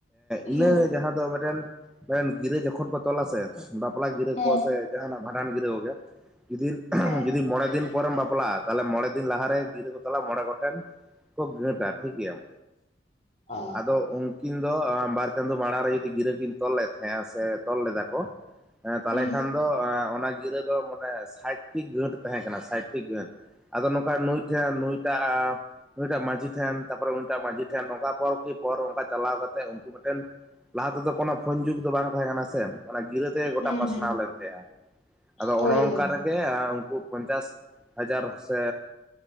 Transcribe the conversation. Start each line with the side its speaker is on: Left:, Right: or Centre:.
Centre: ᱤᱱᱟᱹ
Left: ᱦᱮᱸ
Centre: ᱡᱟᱦᱟᱸ ᱫᱚ ᱢᱤᱫᱴᱮᱱ ᱜᱤᱨᱟᱹ ᱡᱚᱠᱷᱚᱱ ᱠᱚ ᱛᱚᱞᱟ ᱥᱮ ᱵᱟᱯᱞᱟ ᱜᱤᱨᱟᱹ
Left: ᱦᱮᱸ
Centre: ᱠᱚ ᱥᱮ ᱡᱟᱦᱟᱱᱟᱜ ᱵᱷᱟᱰᱟᱱ ᱜᱤᱨᱟᱹ ᱜᱚᱜᱮ, ᱡᱩᱫᱤᱨ
Left: ᱦᱮᱸ
Centre: ᱡᱩᱫᱤ ᱢᱚᱬᱮ ᱫᱤᱱ ᱯᱚᱨᱮᱢ ᱵᱟᱯᱞᱟᱜᱼᱟ, ᱛᱟᱦᱚᱞᱮ ᱢᱚᱬᱮ ᱫᱤᱱ ᱞᱟᱦᱟᱨᱮ ᱜᱤᱨᱟᱹ ᱠᱚ ᱛᱟᱞᱟ ᱢᱚᱬᱮ ᱜᱚᱴᱮᱱ᱾ ᱠᱚ ᱜᱟᱹᱴᱟ ᱴᱷᱤᱠ ᱜᱮᱭᱟᱢ
Left: ᱚ
Centre: ᱟᱫᱚ ᱩᱝ ᱠᱤᱱ ᱫᱚ ᱵᱟᱨ ᱪᱟᱸᱫᱳ ᱢᱟᱲᱟᱝ ᱨᱮ ᱡᱩᱫᱤ ᱜᱤᱨᱟᱹ ᱠᱤᱱ ᱛᱚᱞ ᱞᱮᱫ ᱛᱟᱦᱮᱸᱜᱼᱟ ᱥᱮ ᱛᱚᱞ ᱞᱮᱫᱟ ᱠᱚ ᱛᱟᱦᱚᱞᱮ
Left: ᱦᱩᱸ
Centre: ᱠᱷᱟᱱ ᱫᱚ, ᱚᱱᱟ ᱜᱤᱨᱟᱹ ᱫᱚ ᱢᱟᱱᱮ ᱥᱟᱴ ᱴᱤ ᱜᱟᱹᱴ ᱛᱟᱦᱮᱸ ᱠᱟᱱᱟ, ᱥᱟᱴ ᱴᱤ ᱜᱟᱹᱴ ᱟᱫᱚ ᱱᱚᱝᱠᱟ ᱱᱩᱭ ᱴᱷᱮᱱ ᱱᱩᱭ ᱴᱟᱜ ᱱᱩᱤᱴᱟᱜ ᱢᱟᱡᱷᱤ ᱴᱷᱮᱱ, ᱛᱟᱨᱯᱚᱨᱮ ᱩᱱᱤᱴᱟᱜ ᱢᱟᱹᱡᱷᱤ ᱴᱷᱮᱱ, ᱱᱚᱝᱠᱟ ᱯᱚᱨ ᱠᱤ ᱯᱚᱨ ᱚᱱᱠᱟ ᱪᱟᱞᱟᱣ ᱠᱟᱛᱮ ᱩᱱᱠᱩ ᱢᱮᱴᱮᱱ ᱞᱟᱦᱟ ᱛᱮᱫᱚ ᱠᱳᱱᱳ ᱯᱷᱳᱱ ᱡᱩᱜᱽ ᱫᱚ ᱵᱟᱝ ᱛᱟᱦᱮᱸ ᱠᱟᱱᱟ ᱥᱮ, ᱚᱱᱟ ᱜᱤᱨᱟᱹ ᱛᱮᱜᱮ ᱜᱚᱴᱟ
Left: ᱦᱩᱸ
Centre: ᱯᱟᱥᱱᱟᱣ
Left: ᱦᱩᱸ
Centre: ᱞᱮᱱ ᱛᱟᱦᱮᱸᱜᱼᱟ ᱟᱫᱚ
Left: ᱦᱳᱭ
Centre: ᱚᱱᱮ ᱚᱱ
Left: ᱦᱳᱭ
Centre: ᱥᱮ ᱟᱨ ᱩᱱᱠᱩ ᱯᱚᱧᱪᱟᱥ ᱦᱟᱡᱟᱨ ᱥᱮ